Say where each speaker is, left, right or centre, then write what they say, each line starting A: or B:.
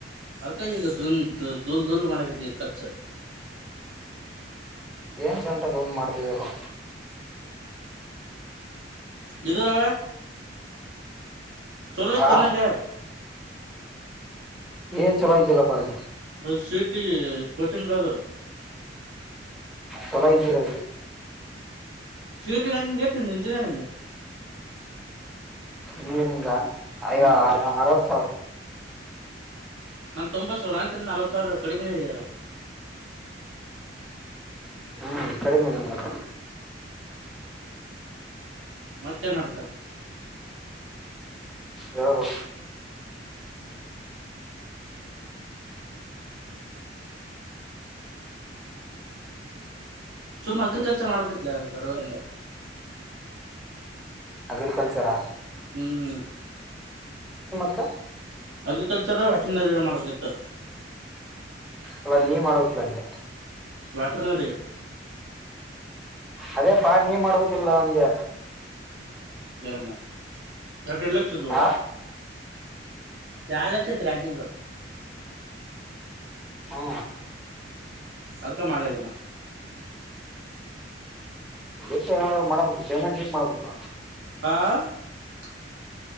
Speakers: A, on the right; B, in the centre.
A: ಅದಕ ಈಗ ದುಲ್ ದುಲ್ ದುಲ್ ಮಾಡಾತಿ ಖರ್ಚು.
B: ಏನ್ <unintelligible> ಡೂಂ ಮಾಡತಿದೆವೋ.
A: ಇದು ರವ್ಯಾ. ಚಲೋತನ್ನಲ್ಲೆ
B: ಆ ಏನ್ ಚಲೋ ಇದ್ದಿಲ್ಲಪ್ಪಾ ಅಲ್ಲಿ.
A: ಸಿಟಿ ಕೊಚಿಂಗ್ ಅದು
B: ತೊಲೈದರು
A: ಶ್ಯೂರಿಟಿ ಬ್ಯಾಂಂಗಗೆತ ನಿ ಇಂಜಿನಿಯರಿಂಗ್
B: ನೀರಿಂಗ ಅಯ್ಯೋ
A: ಹ್ಮ್
B: ಅಯ್ಯೊ ಅರವತ್ ಸಾವಿರ.
A: ನಾ ತೊಂಬತ್ ಸಾವಿರ ಅಯಕಂದ ನಾವತ್ ಸಾವಿರ ಕಡಿಮೆ ಇದೆಯಲ್ಲ.
B: ಹ್ಮ್ ಕಡಿಮೆದೆ ಮತ್ತ.
A: ಮತ್ತೆನ ನಡ್ತ
B: ಹೇಳ್ಬೇಕು.
A: ಸುಮ್ಮ ಅಗ್ರೀಕಲ್ <unintelligible>
B: ಅಗ್ರಿಕಲ್ಚರಾ.
A: ಹ್ಮ್
B: ತ್ತ
A: ಅಗ್ರಿಕಲ್ಚರ್ ವೆಟನರಿ ಎ ಮಾಡ್ಬೇಕಿತ್ತು.
B: ಅಲ್ಲ ನೀವ್ ಮಾಡ್ಬೇಕಿಲ್ಲ ಅಂದೆ
A: ವ್ಯಾಟರ್ನರಿ
B: ಅದೇ ಪಾ ನೀವ್ ಮಾಡ್ಬೇಕಿಲ್ಲ ಅಂದೆ
A: ಣ <unintelligible> ನಟೆಡ್ ಲಕ್ಷ ಇದ್ವು
B: ಆ
A: ಯಾಡ್ ಲಕ್ಷತ್ರಾಗಿ ಆಗಿಂದು
B: ಹಾ
A: ಅದಕ ಮಾಡಿಲ್ಲಾನ
B: ಎಷ್ಟ ಎನಾಗಲ್ಲ ಮಾಡಬೇಕು ಪೇಮೆಂಟ್ ಇಟ್ ಮಾಡ್ಬೇಕು.
A: ಆ